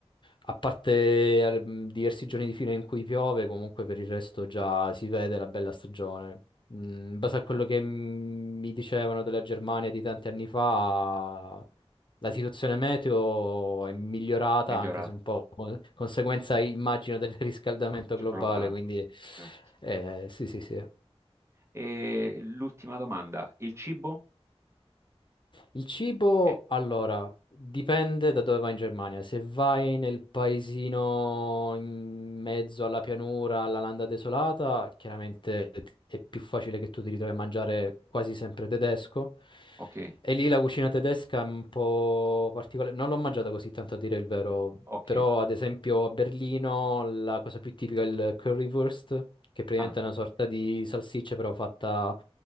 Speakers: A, on the left; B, on the right.
A: A parte eh, mh, diversi giorni di fila in cui piove, comunque per il resto già si vede la bella stagione. Mm, In base a quello che mm, mi dicevano della Germania di tanti anni fa, la situazione meteo è migliorata,
B: migliorata,
A: anche se un po' con- conseguenza, immagino, del riscaldamento
B: c'è
A: globale.
B: globale,
A: Quindi,
B: certo.
A: eh, sì, sì, sì.
B: E l'ultima domanda, il cibo?
A: Il cibo,
B: Eh,
A: allora, dipende da dove vai in Germania. Se vai nel paesino in mezzo alla pianura, alla landa desolata, chiaramente è più facile che tu ti ritrovi a mangiare quasi sempre tedesco.
B: ok,
A: E lì la cucina tedesca è un po' particolare, non l'ho mangiata così tanto a dire il vero,
B: ok,
A: però ad esempio a Berlino la cosa più tipica è il currywurst, che praticamente
B: ah,
A: è una sorta di salsiccia però fatta